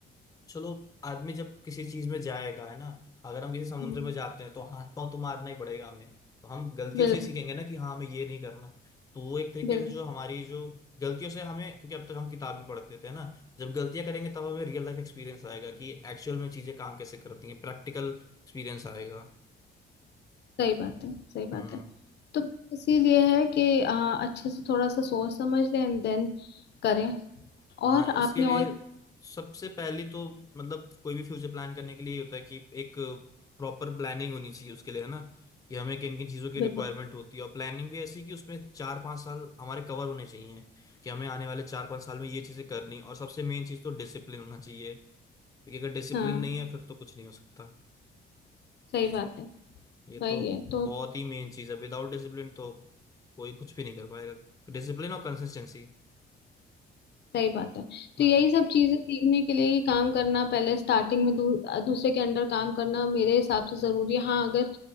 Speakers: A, on the left; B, on the left.
A: चलो आदमी जब किसी चीज में जाएगा है ना अगर हम किसी समुद्र
B: हम्म।
A: में जाते हैं तो हाथ पांव तो मारना ही पड़ेगा हमें तो हम गलतियों
B: बिल्कुल
A: से ही सीखेंगे ना कि हाँ हमें ये नहीं करना तो वो एक तरीके
B: बिल्कुल
A: से जो हमारी जो गलतियों से हमें क्योंकि अब तक हम किताब में पढ़ते थे ना जब गलतियां करेंगे तब हमें रियल लाइफ एक्सपीरियंस आएगा कि एक्चुअल में चीजें काम कैसे करती हैं प्रैक्टिकल एक्सपीरियंस आएगा
B: सही बात है सही बात
A: हम्म
B: है तो इसीलिए है कि आ, अच्छे से थोड़ा सा सोच समझ लें एंड देन करें
A: हाँ
B: और आपने
A: इसके लिए
B: और
A: सबसे पहली तो मतलब कोई भी फ्यूचर प्लान करने के लिए ये होता है कि एक प्रॉपर प्लानिंग होनी चाहिए उसके लिए है ना कि हमें किन किन चीज़ों की
B: बिल्कुल
A: रिक्वायरमेंट होती है और प्लानिंग भी ऐसी कि उसमें चार पाँच साल हमारे कवर होने चाहिए कि हमें आने वाले चार पाँच साल में ये चीज़ें करनी और सबसे मेन चीज़ तो डिसिप्लिन होना चाहिए क्योंकि अगर डिसिप्लिन
B: हाँ
A: नहीं है फिर तो कुछ नहीं हो सकता
B: सही बात है
A: ये
B: वही
A: तो
B: है तो
A: बहुत ही मेन चीज़ है विदाउट डिसिप्लिन तो कोई कुछ भी नहीं कर पाएगा डिसिप्लिन और कंसिस्टेंसी
B: सही बात है
A: हाँ
B: तो यही सब चीजें सीखने के लिए ही काम करना पहले स्टार्टिंग में दू, दूसरे के अंडर काम करना मेरे हिसाब से जरूरी है हाँ अगर